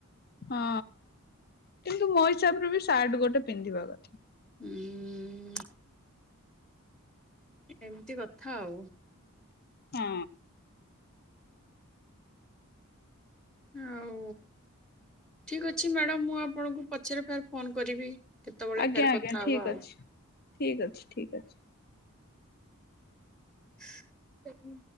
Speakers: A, on the left; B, in the centre.
A: ହଁ କିନ୍ତୁ ମୋ ହିସାବରେ ବି ସାର୍ଟ ଗୋଟେ ପିନ୍ଧିବା କଥା।
B: ହୁଁ ଏମିତି କଥା ଆଉ।
A: ହଁ।
B: ଆଉ ଠିକ ଅଛି ମ୍ୟାଡାମ ମୁଁ ଆପଣଙ୍କୁ ପଛରେ ଫେର ଫୋନ କରିବି। କେତେବେଳେ
A: ଆଜ୍ଞା
B: ଫେର କଥା
A: ଆଜ୍ଞା ଠିକ
B: ହବା ଆଉ
A: ଅଛି ଠିକ ଅଛି ଠିକ ଅଛି।
B: ସେଁ।